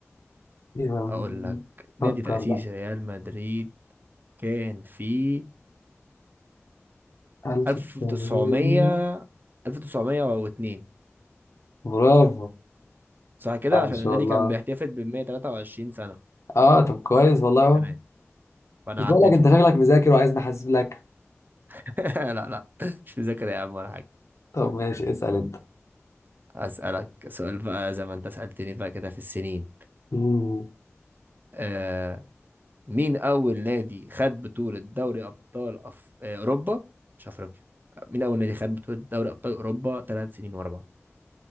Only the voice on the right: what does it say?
اقول لك نادي
تأسيس
ريال مدريد كان في
1900
1902
صح كده
عشان النادي
كان بيحتفل ب 123 سنة
السنة
دي. فأنا
عديتهم
<laughs> لا لا مش مذاكر يا عم ولا حاجة
أسألك سؤال بقى زي ما أنت سألتني بقى كده في السنين
آه مين أول نادي خد بطولة دوري أبطال أف... آه، أوروبا مش أفريقيا مين أول نادي خد بطولة دوري أبطال أوروبا ثلاث سنين ورا بعض